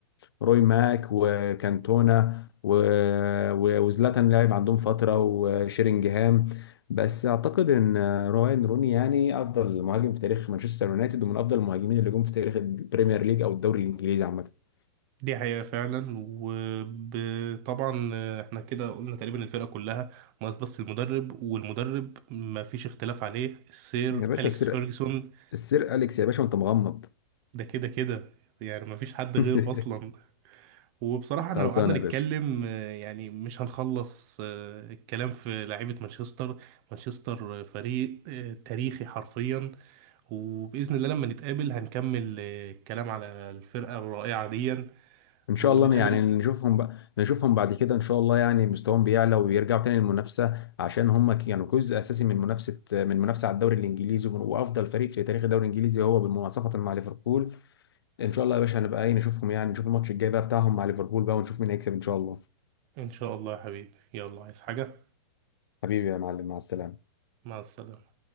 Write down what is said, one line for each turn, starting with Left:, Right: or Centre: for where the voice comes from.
Left: وروي ماك وكانتونا و- و- وزلاتان لاعب عندهم فتره وشيرينجهام بس اعتقد ان راين روني يعني افضل مهاجم في تاريخ مانشستر يونايتد ومن افضل المهاجمين اللي جم في تاريخ البريمير ليج او الدوري الانجليزي عامه
Right: دي حقيقة فعلا وطبعا احنا كده قلنا تقريبا الفرقة كلها ناقص بس المدرب والمدرب ما فيش اختلاف عليه السير
Left: يا باشا
Right: أليكس
Left: السير
Right: فيرجسون
Left: السير أليكس يا باشا وأنت مغمض
Right: ده كده كده يعني ما فيش حد
Left: <laughs>
Right: غيره أصلا وبصراحة احنا
Left: خلصانه
Right: لو قعدنا
Left: يا
Right: نتكلم
Left: باشا
Right: اه، يعني مش هنخلص اه، الكلام في لعيبة مانشستر مانشستر فريق اه، تاريخي حرفيا وبإذن الله لما نتقابل هنكمل اه، الكلام على الفرقة الرائعة دي
Left: ان شاء
Right: ونتقابل
Left: الله يعني نشوفهم بقى نشوفهم بعد كده ان شاء الله يعني مستواهم بيعلى ويرجعوا تاني للمنافسه عشان هم كانوا جزء اساسي من منافسه من منافسه على الدوري الانجليزي ومن- وافضل فريق في تاريخ الدوري الانجليزي هو بالمناصفه مع ليفربول ان شاء الله يا باشا هنبقى ايه نشوفهم يعني نشوف الماتش الجاي بقى بتاعهم مع ليفربول بقى ونشوف مين هيكسب ان شاء الله
Right: إن شاء الله يا حبيبي يلا عايز حاجة
Left: حبيبي يا معلم مع السلامة
Right: مع السلامة